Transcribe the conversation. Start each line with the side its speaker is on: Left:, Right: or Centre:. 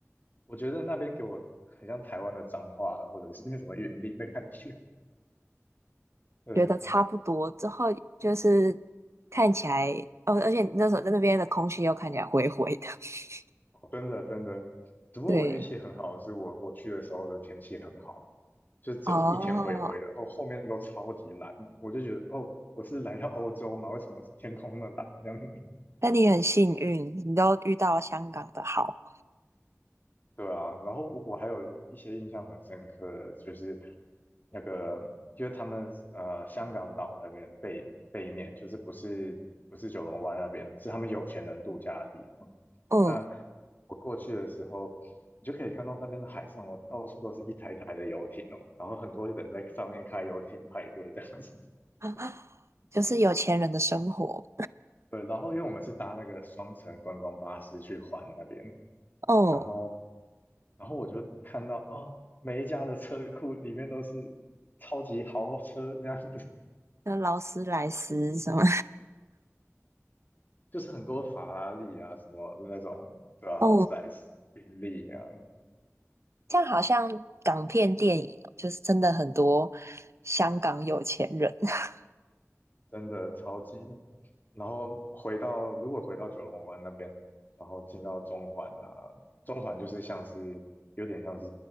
Left: 我觉得那边给我很像台湾的彰化或者是那什么云林的感觉。对，
Right: 觉得差不多。之后就是看起来，哦，而且那时候在那边的空气又看起来灰灰的。<laughs>
Left: 哦，真的真的，只不过我运气很好，
Right: 对，
Left: 是我我去的时候的天气很好，就是只有一天灰灰的，
Right: 哦，
Left: 然后后面都超级蓝，我就觉得哦，我是来到欧洲嘛，为什么天空那么蓝这样？
Right: 那你很幸运，你都遇到了香港的好，
Left: 对啊，然后我我还有一些印象很深刻的，就是那个，因是他们呃香港岛那边背背面，就是不是不是九龙湾那边，是他们有钱人度假的地方。
Right: 嗯，
Left: 那我过去的时候，你就可以看到那边的海上哦，到处都是一台台的游艇哦，然后很多人在上面开游艇派对这样子。<laughs>
Right: <laughs> 就是有钱人的生活，
Left: 对，然后因为我们是搭那个双层观光巴士去环那边，
Right: 嗯，
Left: 然后。然后我就看到哦，每一家的车库里面都是超级豪车这样子，
Right: 那劳斯莱斯什么，
Left: <laughs> 就是很多法拉利啊，什么那种，对吧？
Right: <laughs>
Left: 劳斯莱斯、
Right: 嗯。
Left: 宾利啊，
Right: 像好像港片电影哦就是真的很多香港有钱人。<laughs>
Left: 真的超级。然后回到如果回到九龙湾那边，然后进到中环啊，中环就是像是有点像是